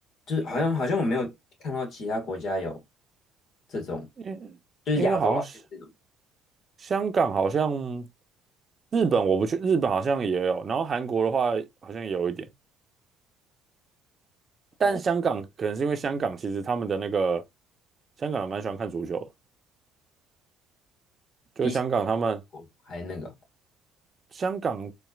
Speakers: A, on the left; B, on the right.
A: 就是好像好像我没有看到其他国家有。这种
B: 因因为好像是
A: 就是亚洲了，没有这种
B: 香港好像日本我不去，日本好像也有，然后韩国的话好像也有一点，但香港可能是因为香港其实他们的那个
A: 哦，
B: 香港人蛮喜欢看足球的就是香港他们
A: 比起哦还那个
B: 香港